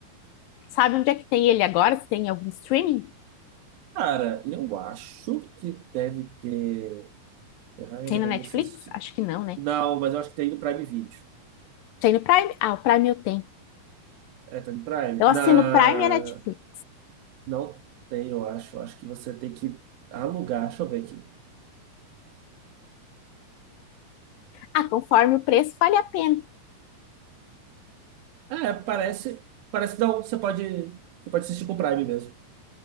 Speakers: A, on the left (about 75°); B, on the right (about 80°).
A: Sabe onde é que tem ele agora? Se tem em algum streaming?
B: Cara, eu acho que deve ter. Ferrari
A: Tem
B: eu não
A: na Netflix?
B: lembro assistir
A: Acho que não, né?
B: Não, mas eu acho que tem no Prime Video.
A: Tem no Prime? Ah, o Prime eu tenho.
B: É, tá no Prime.
A: Eu
B: Na...
A: assino o Prime e a Netflix.
B: Não tem, eu acho. Eu Acho que você tem que alugar. Deixa eu ver aqui.
A: Ah, conforme o preço, vale a pena.
B: É, parece. Parece que não. Você pode. Você pode assistir com o Prime mesmo.